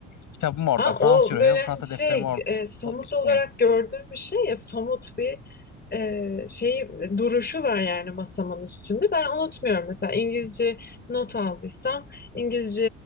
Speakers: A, on the left (about 50°); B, on the left (about 25°).
A: kitabım orada
B: Aa,
A: Fransızca
B: o
A: öğreniyorum
B: böyle hani
A: Fransa
B: şey
A: defterim orada
B: e, somut
A: O işte
B: olarak gördüğüm bir şey ya somut bir e, şey duruşu var yani masamın üstünde. Ben unutmuyorum mesela İngilizce not aldıysam İngilizce